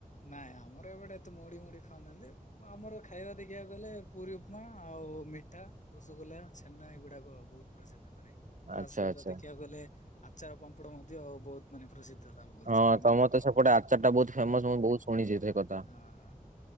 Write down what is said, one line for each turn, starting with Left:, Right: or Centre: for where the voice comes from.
Left: ନାଇଁ ଆମର ଏପଟେ ଏତେ ମୁଢି ମୁଢି ଖାଉନାହାନ୍ତି ଆମର ଖାଇବା ଦେ ଦେଖିଆକୁ ଗଲେ ପୁରୀ ଉପମା ଆଉ ମିଠା ରସଗୋଲା ଛେନା ଏଗୁଡାକ ବହୁତ ପ୍ରସିଦ୍ଧ ମାନେ ତା
Right: ଆଚ୍ଛା
Left: ସହିତ
Right: ଆଚ୍ଛା
Left: ଦେଖିବାକୁ ଗଲେ ଆଚାର ପାମ୍ପଡ ମଧ୍ୟ ବହୁତ ମାନେ ପ୍ରସିଦ୍ଧ ଲାଭ କରିଛି
Right: ହଁ
Left: ବ୍ରହ୍ମପୁରର।
Right: ତମର ତ ସେପଟେ ଆଚାର ଟା ବହୁତ
Left: ହୁଁ
Right: ଫେମସ୍ ମୁଁ ବହୁତ ଶୁଣିଛି ସେ କ ଥା
Left: ହଁ